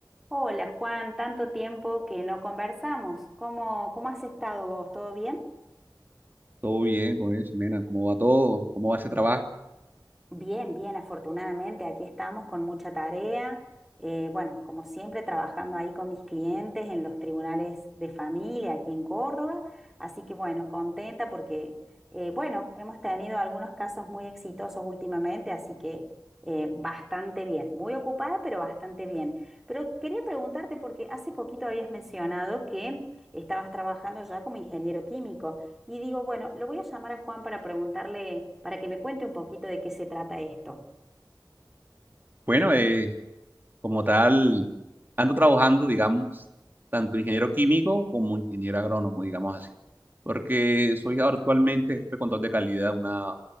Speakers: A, in the centre; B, on the right.
A: Hola Juan, tanto tiempo que no conversamos. ¿Cómo, cómo has estado vos? ¿Todo bien?
B: Todo bien, ¿cómo bien, Ximena? ¿Cómo va todo? ¿Cómo va ese trabajo?
A: Bien, bien, afortunadamente aquí estamos con mucha tarea. eh, bueno, como siempre, trabajando ahí con mis clientes en los tribunales de familia aquí en Córdoba. Así que bueno, contenta porque, eh, bueno, hemos tenido algunos casos muy exitosos últimamente, así que eh, bastante bien. Muy ocupada, pero bastante bien. Pero quería preguntarte porque hace poquito habías mencionado que estabas trabajando ya como ingeniero químico. Y digo, bueno, lo voy a llamar a Juan para preguntarle, para que me cuente un poquito de qué se trata esto.
B: Bueno, eh, como tal, ando trabajando, digamos, tanto ingeniero químico como ingeniero agrónomo, digamos así, porque soy ahora actualmente jefe de control de calidad de una